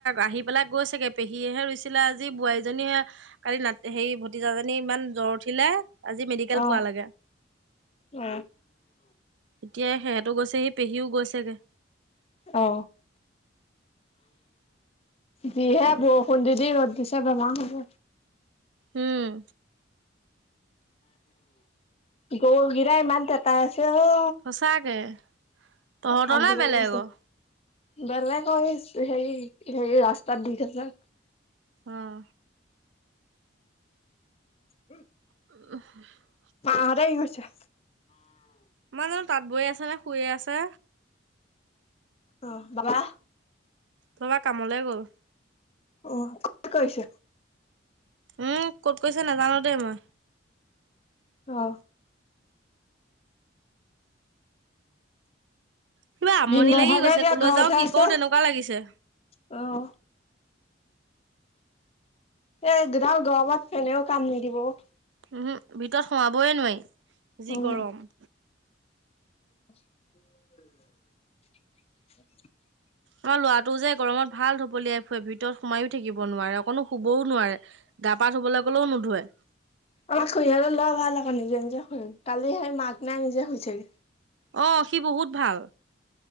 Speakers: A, on the right; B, on the left.
A: আহি পেলাই গৈ চাগে পেহীয়েহে ৰুইছিলে আজি বোৱাৰীজনীহে কালি নাট সেই ভতিজাজনী ইমান জ্বৰ উঠিলে আজি মেডিকেল
B: অ
A: পোৱালেগে।
B: অ
A: এতিয়া সিহঁতো গৈছেহি পেহীও গৈছেগে।
B: অ। যিহে বৰষুণ দি দি ৰ'দ দিছে বেমাৰ হ'ব।
A: উম।
B: গৰু গিতাই ইমান তেতাই আছে অ।
A: সঁচাকে। তহঁতৰ
B: অশান্তি
A: নে
B: লাগি
A: বেলেগৰ
B: গৈছে। বেলেগৰ হেৰি হেৰি ৰাস্তাত দি থৈছে।
A: হম।
B: উম।
A: উ <inaudible>
B: মাহতে কি কৰিছে?
A: মাই জানো তাঁত বৈ আছে নে শুইয়ে আছে।
B: অ বাবা?
A: বাবা কামলৈ গ'ল।
B: অ কত গৈছে?
A: উম ক'ত কৰিছে নাজানো দেই মই।
B: অ।
A: কিবা আমনি
B: ভিনদেউ
A: লাগি
B: চাগে
A: গৈছে,
B: এতিয়া
A: কলৈ
B: ঘৰতহে
A: যাও কি
B: আছে
A: কৰো তেনেকুৱা লাগিছে।
B: অ'। এ একডাল গৰমত ফেনেও কাম নিদিব অ'।
A: উম, ভিতৰত সোমাবই নোৱাৰি যি
B: উম।
A: গৰম।
B: <unintelligible>
A: আমাৰ লৰাটো যে গৰমত ভাল ধপলিয়াই ফুৰে, ভিতৰত সোমাইয়ো থাকিব নোৱাৰে অকনো শুবও নোৱাৰে, গা পা ধুবলৈ কলেও নোধোৱে।
B: আমাক খুইহতৰ ল'ৰা ভাল আকৌ নিজে নিজে শুৱে, কালি সেই মাক নাই নিজে শুইচেগে।
A: অ', সি বহুত ভাল।